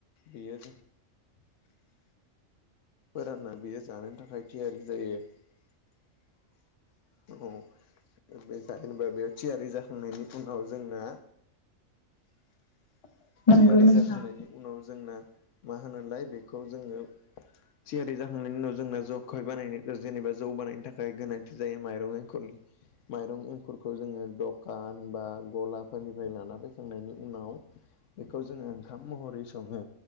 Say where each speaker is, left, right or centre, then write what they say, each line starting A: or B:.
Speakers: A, on the left; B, on the left.
A: बेयो
B: <inaudible>
A: फोरानना बियो जानोनि थाखाय थियारि जायो औ बे जाहिनबा बेयाव थियारि जाखांनायनि उनाव जोंना
B: <inaudible> नंगौ
A: थियारि
B: नोंथां
A: जाखांनायनि उनाव जोंना मा होनोलाय बेखौ जोङो थियारि जाखांनायनि उनाव जोंना ज'हाय बानायनाय जेनेबा जौ बानायनो थाखाय गोनांथि जायो माइरं एंखुरनि माइरं एंखुरखौ जोङो दखान बा गलाफोरनिफ्राय लाना फैखांनायनि उनाव बेखौ जोङो ओंखाम महरै सङो